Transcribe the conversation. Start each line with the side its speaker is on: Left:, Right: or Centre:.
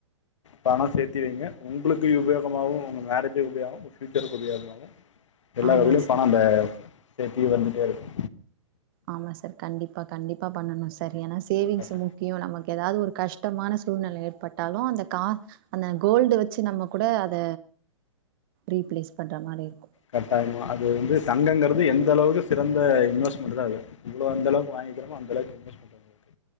Left: பணோ சேத்தி வைங்க உங்களுக்கு உபயோகமாகு உங்க மேரேஜுக்கு உபயோகமாகு உங்க ஃபயூச்சருக்கு உபயோகமாகு எல்லா
Right: ஆமா
Left: வகையிலு
Right: சார்
Left: பணோ பே சேத்தி வந்துட்டே இருக்கு
Right: ஆமா சார் கண்டிப்பா கண்டிப்பா பண்ணனு சார் ஏன்னா சேவிங்ஸ்
Left: கட்ட
Right: முக்கியோ நமக்கு ஏதாவது ஒரு கஷ்டமான சூழ்நிலை ஏற்பட்டால் லு அந்த கா அந்த கோல்டு வச்சு நம்ம கூட அத ரீப்ளேஸ் பண்ற மாரி இருக்கு
Left: கட்டாயமா அது வந்து தங்கங்கிறது எந்த அளவுக்கு சிறந்த இன்வெஸ்ட்மெண்ட்தா அது இவ்ளவு அந்த அளவுக்கு வாங்கிக் வைக்கிறோமோ அந்த அளவுக்கு இன்வெஸ்ட்மெண்ட் உங்களுக்கு